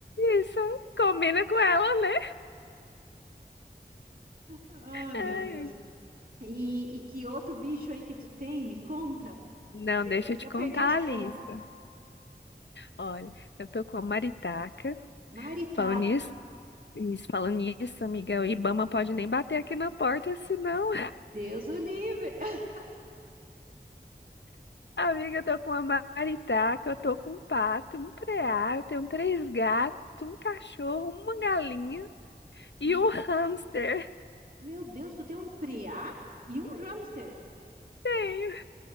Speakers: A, on the left; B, on the right.
A: Isso, combina com ela, né?
B: Ah, meu
A: Ai,
B: Deus. E, e que outro bicho aí que tu tem? Me conta.
A: não,
B: Que
A: deixa
B: eu
A: eu
B: já
A: te contar
B: perdi as contas.
A: a lista. Olha, eu tô com a maritaca.
B: Maritaca.
A: Falando nisso, isso, falando nisso, amiga, o Ibama pode nem bater aqui na porta, senão,
B: Deus o livre. <laughs>
A: <laughs> amiga, eu tô com uma maritaca, eu tô com um pato, um preá, eu tenho três gatos, um cachorro, uma galinha e
B: Meu,
A: um hamster. <laughs>
B: meu Deus, tu tem um preá e um hamster.
A: Tenho